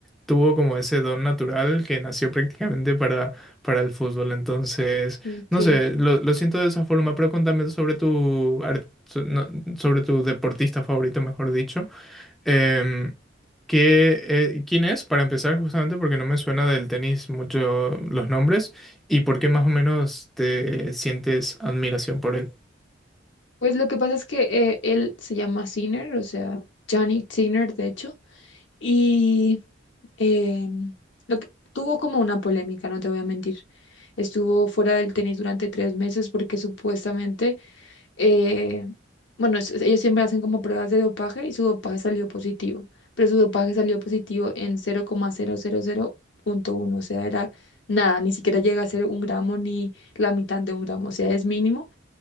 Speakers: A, in the centre; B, on the left (about 75°).
A: tuvo como ese don natural que nació prácticamente para, para el fútbol. Entonces.
B: ok.
A: No sé, lo, lo siento de esa forma, pero contame sobre tu, so- no, sobre tu deportista favorito, mejor dicho. Em, ¿qué, eh, quién es, para empezar, justamente porque no me suena del tenis mucho los nombres y por qué más o menos te sientes admiración por él?
B: Pues lo que pasa es que eh, él se llama Sinner, o sea, Johnny Sinner, de hecho. Y eh, lo que, tuvo como una polémica, no te voy a mentir. Estuvo fuera del tenis durante tres meses porque supuestamente, eh, bueno, es- ellos siempre hacen como pruebas de dopaje y su dopaje salió positivo, pero su dopaje salió positivo en cero coma cero cero cero coma punto uno o sea, era nada, ni siquiera llega a ser un gramo ni la mitad de un gramo, o sea, es mínimo.